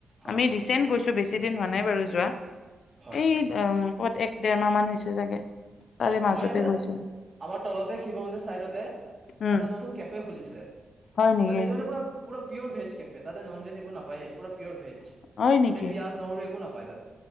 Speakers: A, on the right; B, on the left.
A: হয়
B: আমি ৰিচেন্ট গৈছো বেছি দিন হোৱা নাই বাৰু যোৱা
A: হয়
B: এই দম উম কৈত এক ডেৰমাহ মান হৈছে চাগে তাৰে
A: অ
B: মাজতে
A: আমাৰ ইয়াতে
B: গৈছিলো
A: আমাৰ তলতে শিৱ মন্দিৰ চাইডতে
B: উম
A: এটা নতুন কেফে খুলিছে
B: হয় নেকি
A: তাতে এই মানে পুৰা পুৰা পিয়'ভেজ কেফে তাতে ননভেজ একো নাপায়েই পুৰা পিয়'ৰ ভেজ
B: হয়
A: আপুনি
B: নেকি
A: পিয়াঁজ নহৰু একো না পাই ত